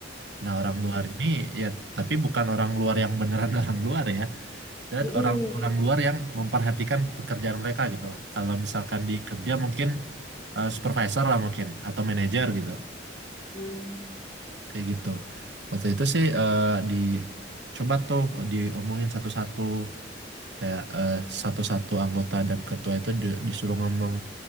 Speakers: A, on the right; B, on the left.
A: Nah, orang
B: Oke.
A: luar ini ya, tapi bukan orang luar yang beneran <laughs> orang luar ya, dan
B: Hmm,
A: orang-orang luar yang memperhatikan pekerjaan mereka gitu lah. Kalau misalkan di kerja mungkin eh, supervisor lah mungkin atau manajer gitu,
B: hmm,
A: kayak gitu. Waktu itu sih eh, di coba tuh diomongin satu-satu kayak eh, satu-satu anggota dan ketua itu di- disuruh ngomong